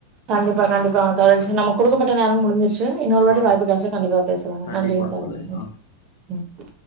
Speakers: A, on the right; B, on the left.
A: கண்டிப்பா கண்டிப்பா கடைசி நமக் குடுக்கப்பட்ட நேரம் முடிஞ்சிருச் சு இன்னொரு வாட்டி
B: ஆ
A: வாய்ப்பு கெடைச்சா கண்டிப்பா பேசலாங்க
B: கண்டிப்பா
A: நன்றிங்க தோழரே நன்றி
B: ஆ
A: ம்